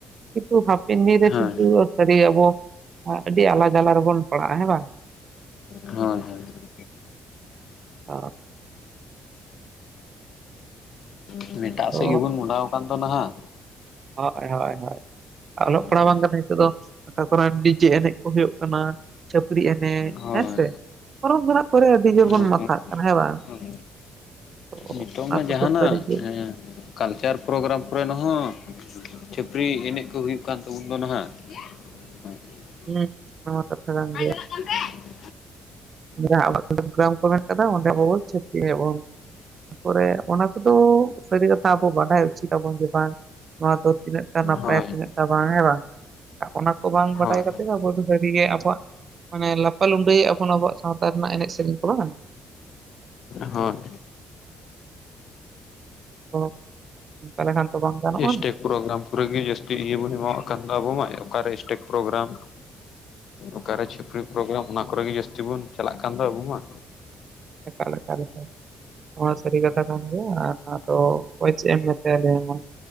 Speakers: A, on the right; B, on the left.
A: ᱠᱤᱱᱛᱩ ᱦᱟᱯᱮᱱ ᱫᱤᱱ ᱨᱮ
B: ᱦᱳᱭ
A: <unintelligible> ᱥᱟᱹᱨᱤ ᱟᱵᱚ᱾ ᱟᱹᱰᱤ ᱟᱞᱟᱜᱽ ᱟᱞᱟᱜᱽ ᱨᱮᱵᱚᱱ ᱯᱟᱲᱟᱜᱼᱟ ᱦᱮᱸ ᱵᱟᱝ?
B: ᱦᱳᱭ ᱦᱳᱭ
A: <unintelligible>
B: ᱦᱳᱭ ᱮᱴᱟᱜ
A: ᱟᱫᱚ
B: ᱥᱮᱫ ᱜᱮᱵᱚᱱ ᱢᱚᱦᱰᱟᱣ ᱟᱠᱟᱱ ᱫᱚ ᱱᱷᱟᱜ᱾
A: ᱦᱳᱭ ᱦᱳᱭ ᱦᱳᱭ᱾ ᱚᱞᱚᱜ ᱯᱟᱲᱦᱟᱣ
B: ᱦᱳᱭ
A: ᱵᱟᱝ ᱠᱟᱛᱮ ᱱᱤᱛᱚᱜ ᱫᱚ ᱚᱠᱟ ᱠᱚᱨᱮ ᱰᱤᱡᱮ ᱮᱱᱮᱡ ᱠᱚ ᱦᱩᱭᱩᱜ ᱠᱟᱱᱟ᱾ ᱪᱷᱟᱹᱯᱨᱤ ᱮᱱᱮᱡ
B: ᱦᱳᱭ,
A: ᱦᱮᱸ ᱥᱮ᱾ ᱯᱚᱨᱚᱵᱽ ᱢᱮᱱᱟᱜ ᱠᱚᱨᱮ ᱟᱹᱰᱤ ᱡᱳᱨ ᱵᱚᱱ
B: ᱫᱚᱢᱮ
A: ᱢᱟᱛᱟᱜ ᱠᱟᱱᱟ ᱦᱮᱸ ᱵᱟᱝ?
B: ᱦᱳᱭ
A: ᱛᱚ
B: ᱱᱤᱛᱚᱜ
A: ᱚᱱᱟ
B: ᱢᱟ
A: ᱠᱚᱫᱚ
B: ᱡᱟᱦᱟᱸᱱᱟᱜ
A: ᱥᱟᱹᱨᱤᱜᱮ
B: ᱮᱸᱻ ᱠᱟᱞᱪᱟᱨ ᱯᱨᱳᱜᱨᱟᱢ ᱠᱚᱨᱮᱱ ᱦᱚᱸ ᱪᱷᱟᱹᱯᱨᱤ ᱮᱱᱮᱡ ᱠᱚ ᱦᱩᱭᱩᱜ ᱠᱟᱱ ᱛᱟᱵᱚᱱ ᱫᱚ ᱱᱷᱟᱜ᱾ <unintelligible>
A: ᱦᱮᱸ ᱱᱚᱣᱟ ᱠᱟᱛᱷᱟ ᱠᱟᱱ ᱜᱮᱭᱟ
B: <unintelligible>
A: ᱡᱟᱦᱟ ᱟᱵᱚ <inaudible> ᱜᱨᱟᱢ ᱠᱚ ᱢᱮᱱᱟᱜ ᱠᱟᱫᱟ ᱚᱸᱰᱮ ᱟᱵᱚ ᱪᱷᱟᱠᱨᱤ <unintelligible> ᱛᱟᱨ ᱯᱚᱨᱮ ᱚᱱᱟ ᱠᱚᱫᱚ ᱥᱟᱹᱨᱤ ᱠᱟᱛᱷᱟ ᱟᱵᱚ ᱵᱟᱰᱟᱭ ᱩᱪᱤᱛ ᱟᱵᱚᱱ ᱡᱮ ᱵᱟᱝ ᱱᱚᱣᱟ ᱫᱚ ᱛᱤᱱᱟᱹᱜ ᱴᱟᱜ ᱱᱟᱯᱟᱭᱟ
B: ᱦᱳᱭ
A: ᱛᱤᱱᱟᱹᱜ ᱴᱟᱜ ᱵᱟᱝ ᱦᱮᱸ ᱵᱟᱝ ᱚᱱᱟ ᱠᱚ ᱵᱟᱝ ᱵᱟᱰᱟᱭ
B: ᱦᱳᱭ
A: ᱠᱟᱛᱮ ᱟᱵᱚ ᱫᱚ ᱥᱟᱹᱨᱤᱜᱮ ᱟᱵᱚᱣᱟᱜ ᱢᱟᱱᱮ ᱞᱟᱯᱟ ᱞᱩᱰᱟᱹᱭᱮᱫ ᱟᱵᱚᱱ ᱟᱵᱚᱣᱟᱜ ᱥᱟᱶᱛᱟ ᱨᱮᱱᱟᱜ ᱮᱱᱮᱡ ᱥᱮᱨᱮᱧ ᱠᱚ ᱵᱟᱝ?
B: ᱦᱚᱸ᱾
A: <unintelligible> ᱚᱱᱠᱟ ᱞᱮᱠᱷᱟᱱ ᱛᱚ ᱵᱟᱝ ᱜᱟᱱᱚᱜᱼᱟ?
B: ᱥᱴᱮᱡᱽ ᱯᱨᱳᱜᱨᱟᱢ ᱠᱚᱨᱮᱜ ᱜᱮ ᱡᱟᱹᱥᱛᱤ ᱤᱭᱟᱹ ᱵᱚᱱ ᱮᱢᱟᱣᱟᱜ ᱠᱟᱱ ᱫᱚ ᱟᱵᱚ ᱢᱟ, ᱚᱠᱟᱨᱮ ᱮᱥᱴᱮᱡᱽ ᱯᱨᱳᱜᱨᱟᱢ᱾ ᱚᱠᱟᱨᱮ ᱪᱷᱟᱹᱯᱨᱤ ᱯᱨᱳᱜᱨᱟᱢ ᱚᱱᱟ ᱠᱚᱨᱮ ᱜᱮ ᱡᱟᱹᱥᱛᱤ ᱵᱚᱱ ᱪᱟᱞᱟᱜ ᱠᱟᱱ ᱫᱚ ᱟᱵᱚ ᱢᱟ᱾
A: ᱮᱠᱟᱞ ᱮᱠᱟᱞ ᱮᱠᱟᱞ᱾ ᱱᱚᱶᱟ ᱥᱟᱹᱨᱤ ᱠᱟᱛᱷᱟ ᱠᱟᱱ ᱜᱮᱭᱟ᱾ ᱟᱻᱫᱚ ᱚᱠᱚᱭ ᱪᱮᱫ ᱮᱢ ᱢᱮᱛᱟᱭᱟ ᱱᱤᱭᱟᱹ ᱦᱚᱸ᱾